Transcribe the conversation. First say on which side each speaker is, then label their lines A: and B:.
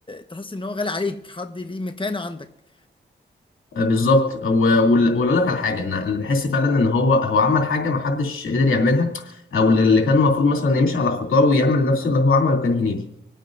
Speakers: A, on the left; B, on the left.
A: تحس ان هو غالي عليك حد ليه مكانه عندك
B: آه، بالظبط واقول لك على حاجه انا اللي بحس فعلا ان هو هو عمل حاجه ما حدش قدر يعملها او اللي كان المفروض مثلا يمشي على خطاه ويعمل نفس اللي هو عمله كان هنيدي